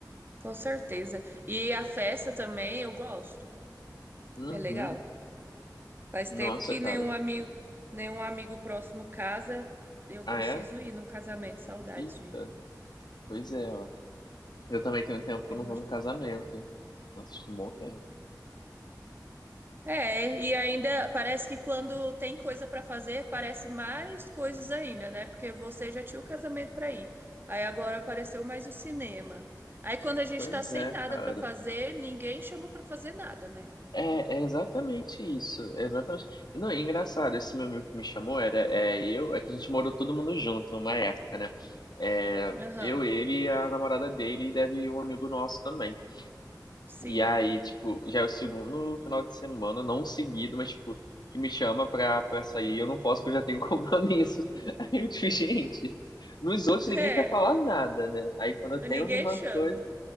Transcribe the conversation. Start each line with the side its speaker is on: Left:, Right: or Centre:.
Right: Com certeza. E a festa também eu gosto.
Left: Uhum.
Right: É legal. Faz
Left: Nossa,
Right: tempo que
Left: cara.
Right: nenhum amigo, nenhum amigo próximo casa. Eu preciso
Left: Ah, é?
Right: ir no casamento. Saudades
Left: Eita.
Right: de. ir.
Left: Pois é, ó. Eu também tenho um tempo
Right: É
Left: que eu não
Right: bom
Left: vou
Right: demais.
Left: num casamento, hein? Nossa, acho que é um bom tempo.
Right: É, e ainda parece que quando tem coisa pra fazer, parece mais coisas ainda, né? Porque você já tinha o casamento pra ir. Aí agora apareceu mais o cinema. Aí quando a gente
Left: Pois
Right: tá sem
Left: é,
Right: nada
Left: cara.
Right: pra fazer, ninguém chama pra fazer nada, né?
Left: É, é exatamente isso. É exatamente. E Não, é engraçado, esse meu amigo que me chamou era é, eu, é que a gente morou todo mundo junto uma época, né? É,
Right: Aham.
Left: eu, ele e a namorada dele, e deve ir um amigo nosso também.
Right: Sim.
Left: E aí, tipo, já é o segundo final de semana, não seguido, mas, tipo, que me chama pra, pra sair. Eu não posso, porque eu já tenho <laughs> compromisso. Aí eu, tipo, gente, nos outros
Right: <laughs>
Left: ninguém quer falar nada, né? Aí quando eu
Right: É,
Left: tenho
Right: ninguém
Left: alguma
Right: chama.
Left: coisa,